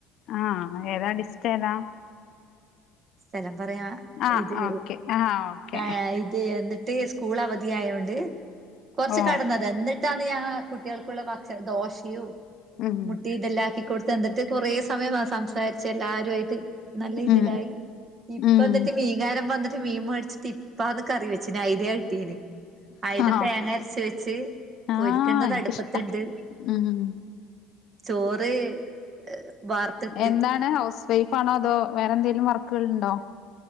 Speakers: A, on the left; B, on the right.
A: ആ ഏതാ ഡിസ്റ്റേതാ?
B: സ്ഥലം പറയാ
A: ആഹ്
B: ഇത്
A: ഓക്കെ ആഹ് ഓക്കെ
B: താ ഇത് എന്ത ട്ട് സ്കൂളവധിയായോണ്ട് കൊർച്ച്
A: ഓ
B: കടന്നത ന്നട്ട തണ്യാ കുട്ട്യൾക്കുള്ള ഭക്ഷ ദോശയും
A: ഉം
B: മുട്ടി തെല്ലാ ആക്കി കൊടുത്ത് എന്ന്ട്ട് കുറേ സമയ സംസാരിച്ച് എല്ലരുവായിട്ട് നല്ല ഇതിലായി
A: ഉം
B: ഇപ്പ
A: ഉം
B: ന്നട്ട് മീകാരം- വന്നട്ട് മീൻ മേടിച്ചട്ട് പ്പാന്ന് കറി വച്ചിന് അയലേ കിട്ടീന്. അയല
A: ആഹ്
B: തേങ്ങര്ച്ച് വെച്ച്.
A: ആഹ്
B: പൊരിക്കണ്ടത്
A: എനിക്കിഷ്ടാ
B: അടുപ്പത്തിണ്ട്
A: ഉം
B: ചോറ്- വാർത്തിട്ട്
A: എന്താണ് ഹൗസ് വൈഫാണോ അതോ വേറെന്തെലും വർക്കുകൾണ്ടോ?